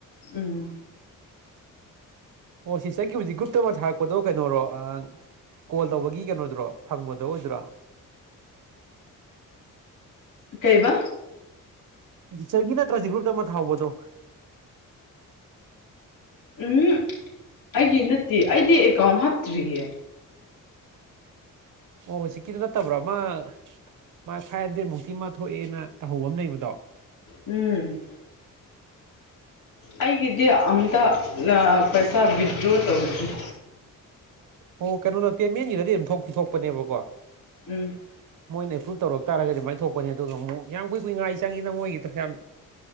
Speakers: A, on the left; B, on the right.
A: ꯎꯝ
B: ꯑꯣ ꯁꯤ ꯆꯪꯈꯤꯕꯦ ꯍꯧꯖꯤꯛ ꯒ꯭ꯔꯨꯞꯇ ꯑꯃ ꯊꯥꯔꯛꯄꯗꯣ ꯀꯩꯅꯣꯔꯣ ꯀꯣꯜ ꯇꯧꯕꯒꯤ ꯀꯩꯅꯣꯗꯨꯔꯣ ꯐꯪꯕꯗꯣ ꯑꯣꯏꯗꯣꯏꯔꯥ
A: ꯀꯩꯕ
B: ꯆꯔꯒꯤ ꯅꯠꯇ꯭ꯔꯁꯤ ꯒ꯭ꯔꯨꯞꯇ ꯑꯃ ꯊꯥꯎ ꯍꯧꯕꯗꯣ
A: ꯎꯝ ꯑꯩꯒꯤ ꯅꯠꯇꯦ ꯑꯩꯗꯤ ꯑꯦꯀꯥꯎꯟ ꯍꯥꯞꯇ꯭ꯔꯤꯌꯦ
B: ꯑꯣ ꯍꯧꯖꯤꯛꯀꯤꯗꯨꯣ ꯅꯠꯇꯕ꯭ꯔꯥ ꯃꯥ ꯃꯥ ꯐꯥꯏꯚ ꯍꯟꯗ꯭ꯔꯦꯗ ꯃꯨꯛꯇꯤ ꯃꯥ ꯊꯣꯛꯑꯦꯅ ꯇꯧꯍꯧꯕ ꯑꯃ ꯂꯩꯕꯗꯣ
A: ꯎꯝ ꯑꯩꯒꯤꯗꯤ ꯑꯝꯇ ꯄꯩꯁꯥ ꯋꯤꯗ꯭ꯔꯣ ꯇꯧꯈꯤꯦ
B: ꯑꯣ ꯀꯩꯅꯣ ꯅ ꯇꯦꯟ ꯃꯦꯟꯒꯤꯗꯗꯤ ꯑꯗꯨꯝ ꯊꯣꯛꯇꯤ ꯊꯣꯛꯄꯅꯦꯕꯀꯣ
A: ꯎꯝ
B: ꯃꯣꯏꯅ ꯑꯦꯄ꯭ꯔꯨꯨꯞ ꯇꯧꯔꯛ ꯇꯥꯔꯒꯗꯤ ꯑꯗꯨꯃꯥꯏꯅ ꯊꯣꯛꯄꯅꯤ ꯑꯗꯨꯒ ꯑꯃꯨꯛ ꯌꯥꯝ ꯀꯨꯏ ꯀꯨꯏꯉꯥꯏ ꯆꯪꯉꯤꯅ ꯃꯣꯏꯒꯤꯗꯣ ꯌꯥꯝ